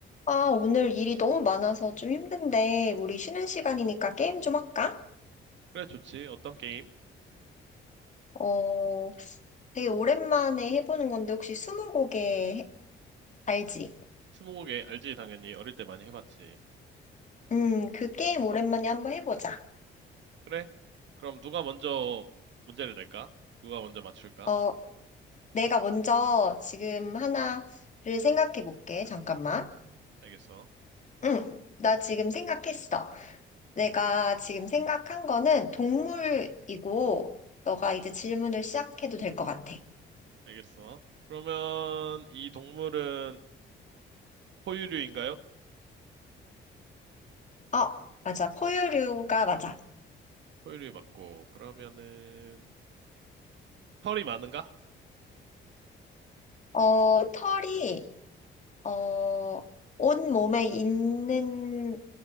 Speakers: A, on the left; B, on the right.
A: 아, 오늘 일이 너무 많아서 좀 힘든데, 우리 쉬는 시간이니까 게임 좀 할까?
B: 그래, 좋지. 어떤 게임?
A: 어, 되게 오랜만에 해보는 건데, 혹시 스무고개 해- 알지?
B: 스무고개 알지, 당연히. 어릴 때 많이 해봤지.
A: 음, 그 게임 오랜만에 한번 해보자.
B: 그래? 그럼 누가 먼저 문제를 낼까? 누가 먼저 맞출까?
A: 어, 내가 먼저 지금 하나를 생각해 볼게. 잠깐만.
B: 알겠어.
A: 응, 나 지금 생각했어. 내가 지금 생각한 거는 동물이고, 너가 이제 질문을 시작해도 될 것 같아.
B: 알겠어. 그러면 이 동물은 포유류인가요?
A: 어, 맞아. 포유류가 맞아.
B: 포유류 맞고. 그러면은 털이 많은가?
A: 어, 털이, 어, 온 몸에 있는